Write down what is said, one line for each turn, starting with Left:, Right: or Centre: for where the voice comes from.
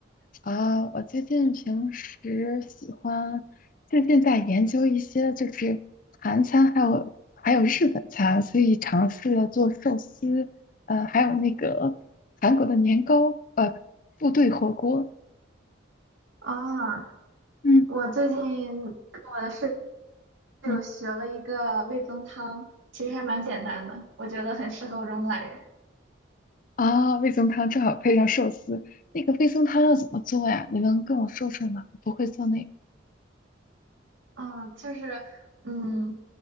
Left: 啊，我最近平时喜欢，最近在研究一些就是韩餐，还有还有日本餐，所以尝试了做寿司，呃，还有那个韩国的年糕，呃，部队火锅，
Right: 啊，
Left: 嗯
Right: 我最近跟我的室友学了一个味增汤，
Left: 嗯，
Right: 其实还蛮简单的，我觉得很适合我这种懒人。
Left: 啊，味增汤正好配上寿司。那个味增汤要怎么做呀？你能跟我说说吗？我不会做那个。
Right: 嗯，就是，嗯，